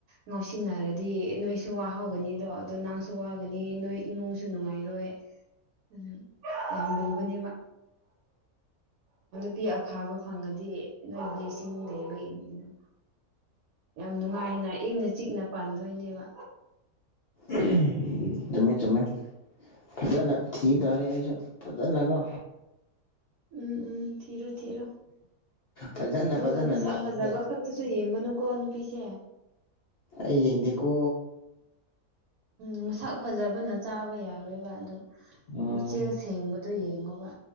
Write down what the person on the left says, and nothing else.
ꯎꯝ ꯆꯨꯝꯃꯦ ꯆꯨꯝꯃꯦ ꯐꯖꯅ ꯊꯤꯕ ꯇꯥꯔꯦ ꯑꯩꯁꯨ ꯐꯖꯅꯀꯣ
ꯐꯖꯅ
ꯐꯖꯅ
ꯂꯥꯁꯇ
ꯑꯩ ꯌꯦꯗꯀꯣ
ꯎꯝ